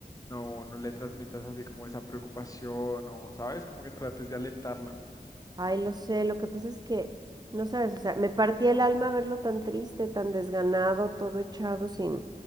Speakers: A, on the left; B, on the right.
A: no, no le transmitas así como esa preocupación, o sabes, como que trates de alentarlo.
B: Ay, lo sé, lo que pasa es que, no sabes, o sea, me partía el alma verlo tan triste, tan desganado, todo echado sin,